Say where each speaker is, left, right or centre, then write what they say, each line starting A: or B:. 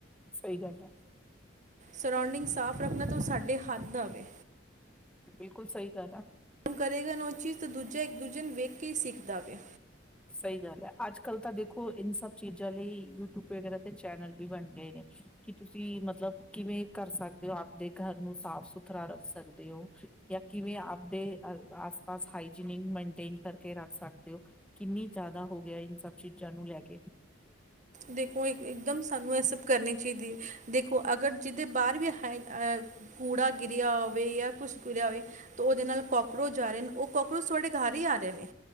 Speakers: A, in the centre; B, on the right (about 40°).
A: ਸਹੀ ਗੱਲ ਹੈ
B: ਸਰਾਉਂਡਿੰਗ ਸਾਫ਼ ਰੱਖਣਾ ਤੋਂ ਸਾਡੇ ਹੱਥ ਦਾ ਆਵੇ
A: ਬਿਲਕੁਲ ਸਹੀ ਗੱਲ ਹੈ
B: ਕਰੇਗਾ ਨਾ ਉਹ ਚੀਜ਼ ਤਾਂ ਦੂਜਾ ਇੱਕ ਦੂਜੇ ਨੂੰ ਵੇਖ ਕੇ ਹੀ ਸਿੱਖਦਾ ਗਿਆ
A: ਸਹੀ ਗੱਲ ਹੈ ਅੱਜ ਕੱਲ ਤਾਂ ਦੇਖੋ ਇਨ ਸਬ ਚੀਜ਼ਾਂ ਲਈ ਯੂਟਊਬ ਵਗੈਰਾ ਤੇ ਚੈਨਲ ਵੀ ਬਣ ਗਏ ਨੇ ਕਿ ਤੁਸੀਂ ਮਤਲਬ ਕਿਵੇਂ ਕਰ ਸਕਦੇ ਹੋ ਆਪਦੇ ਘਰ ਨੂੰ ਸਾਫ ਸੁਥਰਾ ਰੱਖ ਸਕਦੇ ਹੋ ਜਾਂ ਕਿਵੇਂ ਆਪਦੇ ਆਸ ਪਾਸ ਹਨ ਮੇਨਟੇਨ ਕਰਕੇ ਰੱਖ ਸਕਦੇ ਹੋ ਕਿੰਨੀ ਜ਼ਿਆਦਾ ਹੋ ਗਿਆ ਇਨ ਸਭ ਚੀਜ਼ਾਂ ਨੂੰ ਲੈ ਕੇ
B: ਦੇਖੋ ਇੱਕਦਮ ਸਾਨੂੰ ਇਹ ਸਭ ਕਰਨੀ ਚਾਹੀਦੀ ਦੇਖੋ ਅਗਰ ਜਿਹਦੇ ਬਾਹਰ ਵੀ ਹੈ ਕੂੜਾ ਗਿਰਿਆ ਹੋਵੇ ਜਾਂ ਕੁਛ ਗਿਰਿਆ ਹੋਵੇ ਤਾਂ ਉਹਦੇ ਨਾਲ ਕੋਕਰੋਚ ਆ ਰਹੇ ਨੇ ਉਹ ਕੋਕਰੋਚ ਤੁਹਾਡੇ ਘਰ ਹੀ ਆ ਰਹੇ ਨੇ